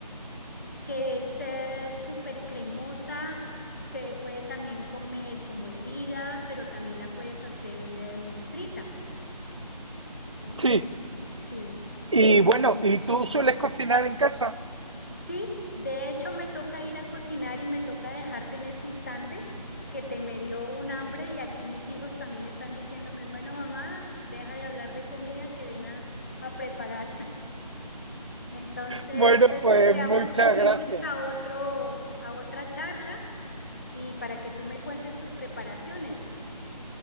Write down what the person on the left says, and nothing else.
que es eh, súper cremosa. Se puede también comer como hervida, pero también la puedes hacer em, frita. ¿Mm?
Sí,
sí. De hecho, me toca ir a cocinar y me toca dejarte en este instante, que te me dio un hambre y aquí mis hijos también están diciéndome, bueno, mamá, deja de hablar de comida que ven a a preparar. Entonces,
pues
eh, quedamos
pendientes
a otro, a otra charla y para que tú me cuentes tus preparaciones.